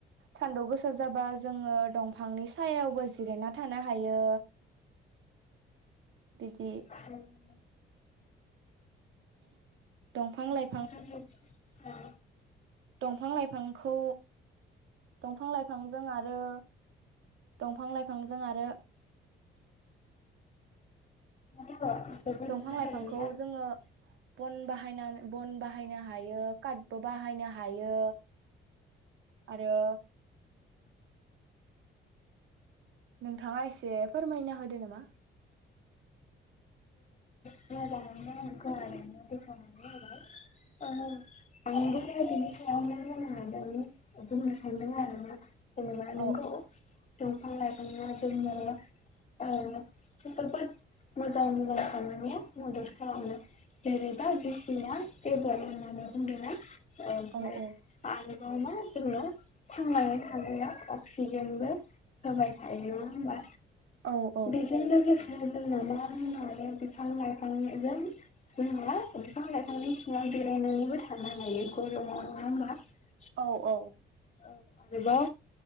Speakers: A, on the right; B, on the left.
A: सानदुं गोसा जाबा जोङो दंफांनि सायावबो जिरायना थानो हायो बिदि।
B: <inaudible>
A: दंफां लाइ
B: <unintelligible>
A: दंफां लाइफांखौ दफां लाइफांजों आरो दंफां लाइफांजों आरो
B: जोबोद
A: दंफां
B: मोजाङैनो
A: लाइफांखौ जोङो बन बाहायना बन बाहायनो हायो काटबो बाहायनो हायो आरो नोंथाङा एसे फोरमायना होदो नामा?
B: <unintelligible> <unintelligible>
A: औ
B: दंफां लाइफाङा जोंनो ओ जोबोद मोजां मोजां साननाया मदद खालामो जेरैबा <unintelligible> होननानै बुंदोंना <unintelligible>
A: औ औ
B: मा जोङो थांनानै थानाया अक्सिजेनबो होबाय थायो नङा होमबा?
A: औ औ
B: बेजों लोगो <unintelligible> <unintelligible>
A: औ औ
B: औ आरोबाव